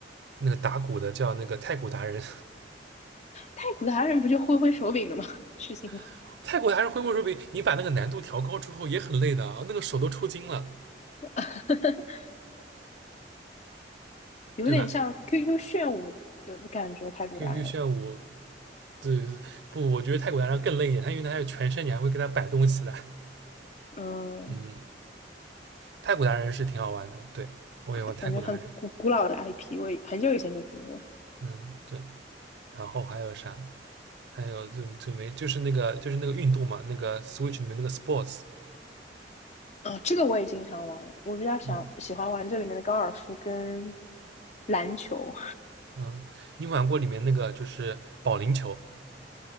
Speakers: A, on the right; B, on the left.
A: 那个打鼓的叫那个太鼓达人，
B: 太古达人不就挥挥手柄的吗？<laughs> 事情吗？
A: <laughs> 太鼓达人挥霍手柄，你把那个难度调高之后也很累的啊，那个手都抽筋了，
B: <laughs> 有点像
A: 对吧
B: QQ 炫舞，有的感觉。太古达人，
A: ？QQ 炫舞，对，不，我觉得太鼓达人更累一点，他因为他有全身，你还会跟他摆动起来，
B: 嗯，
A: 嗯，太鼓达人是挺好玩的，对我也玩太鼓达人，
B: 感觉很古古老的 IP，我很久以前就听过。
A: 嗯，对，然后还有啥？还有就就没就是那个就是那个运动嘛，那个 Switch 里面那个 Sports，
B: 啊，这个我也经常玩，我比较想喜欢玩这里面的高尔夫跟
A: 嗯。
B: 篮球，
A: 嗯，你有没有玩过里面那个就是保龄球，